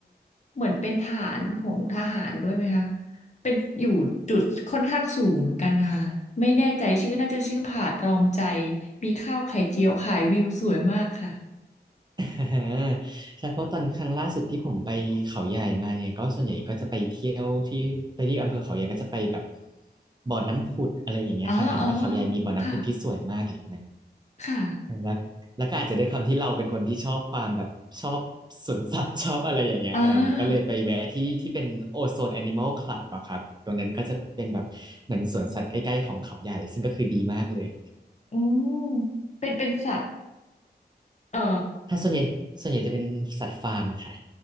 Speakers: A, on the left; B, on the right.
A: เหมือนเป็นฐานของทหารด้วยไหมคะเป็นอยู่จุดค่อนข้างสูงเหมือนกันค่ะไม่แน่ใจชื่อน่าจะชื่อผาดรอมใจมีข้าวไข่เจียวขายวิวสวยมากค่ะ
B: <laughs> อ่าใช่เพราะตอนครั้งล่าสุดที่ผมไปเขาใหญ่มาเนี่ยก็ส่วนใหญ่ก็จะไปเที่ยวที่ไปที่อำเภอเขาใหญ่ก็จะไปแบบบ่อน้ำผุดอะไรอย่างเงี้ยค่ะเห็นว่าเขาใหญ่มีบ่อน้ำผุดที่สวยมากอยู่ตรงนั้น
A: อ๋ออ๋อค่ะค่ะ
B: แล้วแล้วก็อาจจะด้วยความที่เราเป็นคนที่ชอบความแบบชอบสวนสัตว์ชอบอะไรอย่างเงี้ยค่ะผมก็เลยไปแวะที่ที่เป็นโอโซนแอนิมอลคลับอะครับตรงนั้นก็จะเป็นแบบเหมือนสวนสัตว์ใกล้ๆของเขาใหญ่ซึ่งก็คือดีมากเลย
A: อ่าอืมเป็นเป็นสัตว์เอ่อ
B: ถ้าส่วนใหญ่ส่วนใหญ่จะเป็นสัตว์ฟาร์มค่ะ